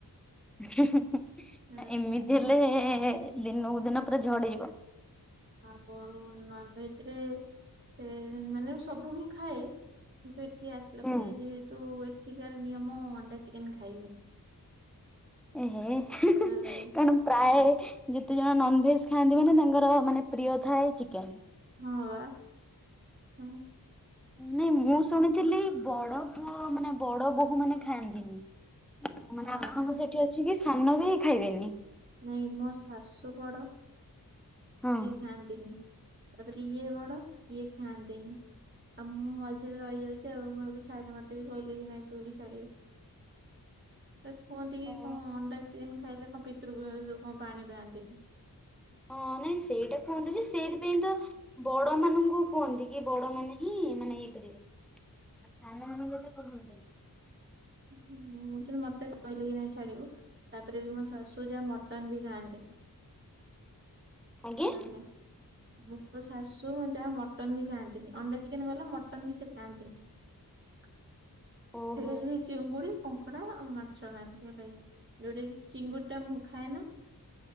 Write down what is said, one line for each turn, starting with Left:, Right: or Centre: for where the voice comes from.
Centre: ହିଁ, ହିଁ, ହିଁ,
Right: ହଁ
Centre: ଏମିତି ହେଲେ ଦିନକୁ ଦିନ ପୁରା ଝଡିଯିବ।
Right: ଆଉ ନନ ଭେଜରେ ଏ ମାନେ ମୁଁ ସବୁ ହିଁ ଖାଏ କିନ୍ତୁ ଏଠି ଆସିଲା
Centre: ହୁଁ।
Right: ପରେ ଯେହେତୁ ଏଠିକାର ନିୟମ ଅଣ୍ଡା, ଚିକେନ ଖାଇବିନି।
Centre: ଏ ହେଁ, ହିଁ,
Right: ହେଲା
Centre: ହିଁ
Right: କି
Centre: କାଣୁ ପ୍ରାଏ ଯେତେ ଜଣ ନନଭେଜ ଖାଆନ୍ତି ମାନେ, ତାଙ୍କର ମାନେ ପ୍ରିୟ ଥାଏ ଚିକେନ୍।
Right: ହଁ, ବା, ହଁ।
Centre: ନାଇଁ ମୁଁ ଶୁଣିଥିଲି, ବଡ ପୁଅ ମାନେ ବଡ ବୋହୂ ମାନେ ଖାଆନ୍ତିନି। ମାନେ
Right: ଆ
Centre: ଆପଣଙ୍କ ସେଠି ଅଛି କି, ସାନ ବି ଖାଇବେନି।
Right: ନାଇଁ ମୋ ଶାଶୁ ବଡ,
Centre: ହଁ।
Right: ସିଏ ଖାଆନ୍ତିନି। ତା ପରେ ଇଏ ବଡ, ଇଏ ଖାଆନ୍ତିନି। ଆଉ ମୁଁ ମଝିରେ ରହିଯାଉଚି ଆଉ, ମୁଁ ବି ଛାଡି, ମତେ ବି କହିଲେ କି ନାଇଁ ତୁ ବି ଛାଡିବୁ। ସେ କୁହନ୍ତି କି
Centre: ଓହୋ
Right: କଣ ଅଣ୍ଡା ଚିକେନ ଖାଇଲେ କଣ ପିତୃପୁରୁଷ କଣ ସବୁ ପାଣି ପାଆନ୍ତିନି।
Centre: ହଁ, ନାଇଁ ସେଇଟା କୁହନ୍ତୁ ଯେ ସେଇଥିପାଇଁ ତ ବଡ ମାନଙ୍କୁ କୁହନ୍ତି, କି ବଡ ମାନେ ହିଁ ମାନେ ଇଏ କରିବେ। ସାନ ମାନଙ୍କୁ ଏତେ କୁହନ୍ତିନି।
Right: ହୁଁ, କିନ୍ତୁ ମତେ କହିଲେ କି ନାଇଁ ଛାଡିବୁ। ତା ପରେ ବି ମୋ ଶାଶୁ, ଯା ମଟନ ବି ଖାଆନ୍ତିନି,
Centre: ଆଜ୍ଞା
Right: <unintelligible> <inaudible> ମୋ ଶାଶୁ ମୋ ଯା ମଟନ୍ ବି ଖାଆନ୍ତିନି। ଅଣ୍ଡା, ଚିକେନ ଗଲା, ମଟନ ବି ସେ ଖାଆନ୍ତିନି। <unintelligible>
Centre: ଓହୋ।
Right: ଚିଙ୍ଗୁଡି, କଙ୍କଡା ଆଉ ମାଛ ଖାଆନ୍ତି, ହେଲା କିି? ଯୋଉଟା କି ଚିଙ୍ଗୁଡି ଟା ମୁଁ ଖାଏନା।